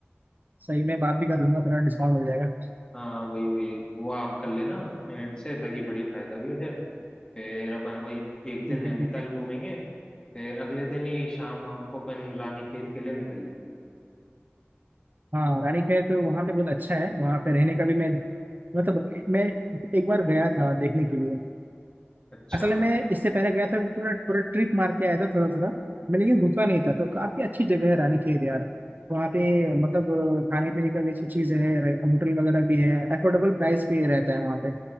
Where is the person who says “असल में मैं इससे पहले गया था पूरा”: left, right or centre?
Right